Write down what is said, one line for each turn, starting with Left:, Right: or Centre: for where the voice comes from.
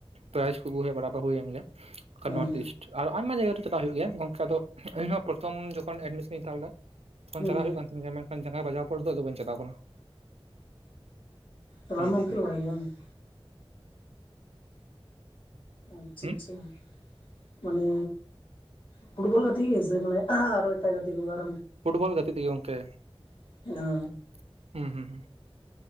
Right: ᱯᱨᱟᱭᱤᱡ ᱠᱚ ᱟᱹᱜᱩ ᱵᱟᱲᱟ ᱦᱩᱭᱮᱱ ᱜᱮ
Left: ᱦᱩᱸ
Right: ᱱᱚᱨᱛᱷ ᱤᱥᱴ ᱟᱨ ᱟᱭᱢᱟ ᱡᱟᱭᱜᱟ ᱨᱮ ᱪᱟᱞᱟᱜ ᱦᱩᱭᱩᱜ ᱜᱮᱭᱟ ᱜᱚᱝᱠᱮ ᱫᱚ ᱤᱧᱦᱚᱸ ᱯᱨᱚᱛᱷᱚᱢ ᱡᱚᱠᱷᱚᱱ ᱮᱰᱢᱤᱥᱚᱱᱤᱧ ᱦᱟᱛᱟᱣ ᱞᱮᱫᱟ ᱾ ᱛᱚᱠᱷᱚᱱ
Left: ᱦᱩᱸ ᱦᱩᱸ
Right: ᱪᱟᱞᱟᱣ ᱦᱩᱭᱩᱜ ᱠᱟᱱ ᱛᱟᱦᱮᱱ ᱜᱮᱭᱟ ᱢᱮᱱᱠᱷᱟᱱ ᱡᱟᱸᱜᱟ ᱵᱟᱡᱟᱣ ᱯᱚᱨ ᱫᱚ ᱟᱫᱚ ᱵᱟᱧ ᱪᱟᱞᱟᱣ ᱠᱟᱱᱟ
Left: ᱚᱻ ᱵᱟᱢ
Right: ᱦᱩᱸ ᱦᱩᱸ
Left: ᱠᱷᱮᱞ
Right: ᱦᱩᱸ
Left: ᱵᱟᱲᱟᱭ ᱜᱮᱭᱟ ᱵᱟᱝ ᱾ ᱟᱪᱪᱷᱟ
Right: ᱦᱩᱸ
Left: ᱪᱷᱟ ᱢᱟᱱᱮ ᱯᱷᱩᱴᱵᱚᱞ ᱜᱟᱛᱮ ᱜᱮ ᱥᱮ ᱢᱟᱱᱮ ᱟᱨᱚ ᱮᱴᱟ ᱜᱟᱛᱮ ᱠᱚ ᱟᱨ?
Right: ᱯᱷᱩᱴᱵᱚᱞ ᱜᱟᱛᱮᱜ ᱛᱮᱜᱮ ᱜᱚᱝᱠᱮ
Left: ᱜᱮᱭᱟ?
Right: ᱾ ᱦᱩᱸ ᱦᱩᱸ ᱦᱩᱸ